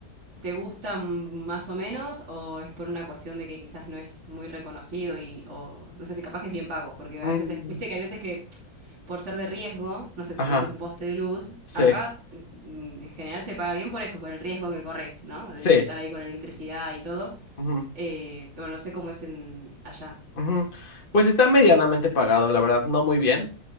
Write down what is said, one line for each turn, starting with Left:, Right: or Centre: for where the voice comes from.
Right: te gusta más o menos o es por una cuestión de que quizás no es muy reconocido y o no sé si capaz que es bien pago? Porque
Left: mm,
Right: a veces, es- viste que hay veces que por ser de riesgo, no sé, subirte
Left: ajá,
Right: un poste de luz,
Left: sí,
Right: acá mm, en general se paga bien por eso, por el riesgo que corres, ¿no?
Left: sí.
Right: De estar ahí con electricidad y todo.
Left: ujú,
Right: Eh, pero no sé cómo es en allá.
Left: ujú. Pues está medianamente pagado, la verdad, no muy bien,